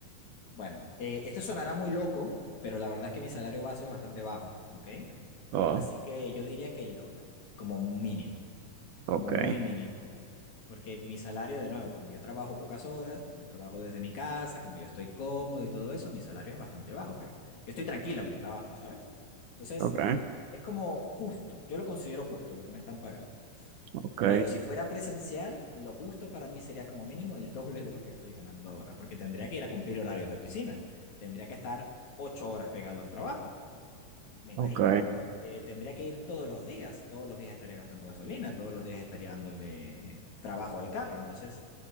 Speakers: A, on the left; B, on the right.
A: Bueno, eh, esto sonará muy loco, pero la verdad es que mi salario base es bastante bajo, ¿ok?
B: Oh,
A: Así que yo diría que el doble, como mínimo,
B: ok,
A: como muy mínimo. porque mi salario, de nuevo, como yo trabajo pocas horas, como yo trabajo desde mi casa, como yo estoy cómodo y todo eso, mi salario es bastante bajo, pero yo estoy tranquilo en mi trabajo, ¿sabes? Entonces,
B: ok,
A: es como justo, yo lo considero justo lo que me están pagando.
B: ok,
A: Pero si fuera presencial, lo justo para mí sería como mínimo el doble de lo que estoy ganando ahora, porque tendría que ir a cumplir horarios de oficina, tendría que estar ocho horas pegado al trabajo me imagino,
B: ok.
A: ¿no? Eh, tendría que ir todos los días, todos los días estaría gastando gasolina, todos los días estaría dándole trabajo al carro, entonces